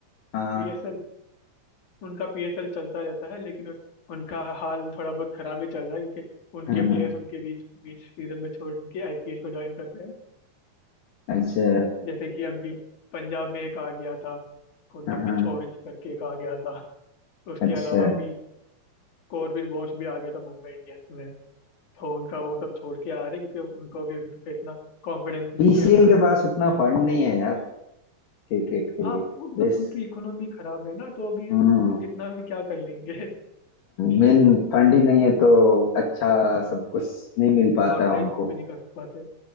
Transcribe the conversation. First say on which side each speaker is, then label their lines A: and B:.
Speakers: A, on the left; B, on the left.
A: हाँ
B: पीएसएल उनका पीएसएल चलता रहता है लेकिन उस, उनका हाल थोड़ा बहुत खराब ही चल रहा है क्योंकि उनके
A: हाँ
B: प्लेयर्स
A: हाँ
B: उनके बीच बीच सीजन में छोड़ के आईपीएल को ज्वाइन कर रहे हैं
A: अच्छा
B: जैसे कि अभी पंजाब में एक आ गया था कौन
A: हाँ
B: था मिच
A: हाँ
B: ओवेंस करके एक आ गया था उसके
A: अच्छा
B: अलावा भी कॉर्बिन बॉश भी आ गया था मुंबई इंडियंस में तो उनका वो सब छोड़ के आ रहे हैं क्योंकि उनको भी उन पे इतना कॉन्फिडेंस नहीं
A: पीसीएल
B: है
A: के पास उतना फंड नहीं है यार क्रिकेट के
B: हाँ
A: लिए
B: वो मतलब
A: यस
B: उनकी इकोनॉमी खराब है ना तो अभी
A: हम्म
B: वो कितना भी क्या कर लेंगे
A: मेन फंड ही नहीं है तो अच्छा सब कुछ नहीं मिल पाता
B: ऑर्गेनाइज
A: है उनको
B: भी नहीं कर पाते